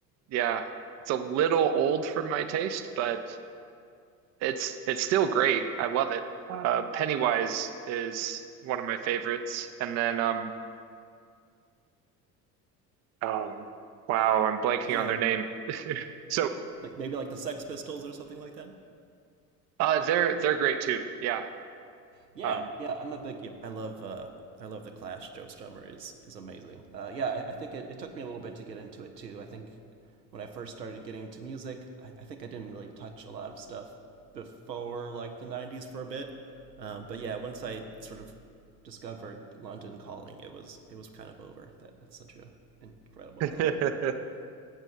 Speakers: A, on the right; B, on the right.
A: yeah, it's a little old for my taste, but it's it's still great. I love it. Uh, Pennywise is one of my favorites, and then um oh wow, I'm blanking
B: Yeah,
A: on their name. <laughs> So
B: like maybe like the Sex Pistols or something like that.
A: uh, they're they're great too. Yeah.
B: Yeah,
A: Um,
B: yeah, I'm a big. yep, I love. Uh, I love the Clash. Joe Strummer is is amazing. Uh, yeah, I, I think it, it took me a little bit to get into it too. I think when I first started getting into music, I, I think I didn't really touch a lot of stuff before like the '90s for a bit. Um, but yeah, once I sort of discovered London Calling, it was it was kind of over. That that's such a incredible
A: <laughs>
B: album.